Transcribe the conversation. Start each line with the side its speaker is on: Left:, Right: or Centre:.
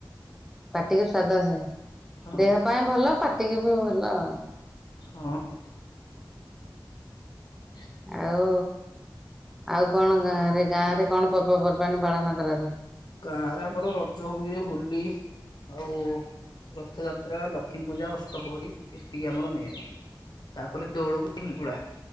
Centre: ପାଟିକୁ ସ୍ଵାଦସେ,
Left: ହଁ
Centre: ଦେହ ପାଇଁ ଭଲ, ପାଟିକି ବି ଭଲ ଆଉ।
Left: ହଁ ହଁ। <unintelligible>
Centre: ଆଉ, ଆଉ କଣ ଗାଁରେ, ଗାଁରେ କଣ ପର୍ବପର୍ବାଣି ପାଳନ କରାଯାଏ?
Left: ଗାଁ ରେ ଆମର ରଜ ହୁଏ, ହୋଲି ଆଉ ରଥଯାତ୍ରା, ଲକ୍ଷ୍ମୀ ପୂଜା, ଅଷ୍ଟପୋହରୀ, ଏତିକି ଆମର ମେନ୍। ତାପରେ ଦୋଳକୁ, ହେଙ୍ଗୁଳା।